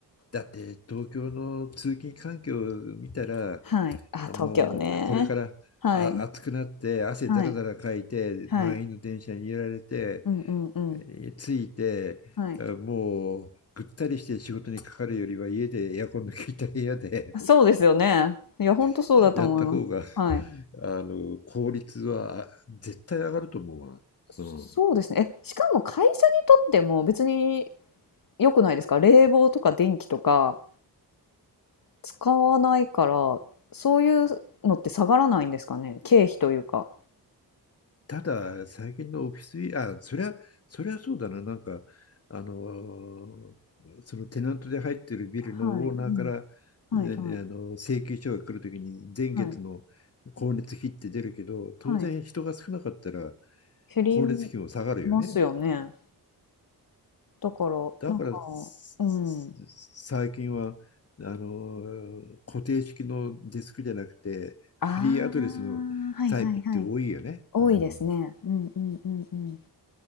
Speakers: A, on the left; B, on the left.
A: だって東京の通勤環境を見たら、
B: はい。あ、
A: あ、
B: 東京ね。
A: もうこれからあ暑くなって汗だらだらかいて満員の電車に揺られて、
B: はい。はい。はい。うんうんうん。
A: えー着いてあもうぐったりして仕事にかかるよりは家でエアコンの効いた部屋で
B: はい。そうですよね。いや、本当そうだと思います。
A: <laughs> やった方が
B: はい。
A: あの効率はあ絶対上がると思うわ。
B: そうですね。
A: うん
B: え、しかも会社にとっても別に良くないですか冷房とか電気とか。使わないから、そういうのって下がらないんですかね？経費というか。
A: ただ、最近のオフィス、あ、そりゃ、そりゃそうだな、なんか、あのーそのテナントで入ってるビルのオーナーから、
B: はい、うん。はいはい、
A: ねあの請求書が来るときに、前月の光熱費って出るけど、
B: はい、
A: 当然人が少なかったら
B: はい。減り
A: 光熱費も下がるよね。
B: ますよね。だから、
A: だから、
B: なんか
A: す
B: うん。
A: 最近は、あのー固定式のデスクじゃなくて、フリーアドレスのタイプって多いよね。
B: ああ、はいはいはい。多いですね。
A: うん、
B: うんうんうんうん。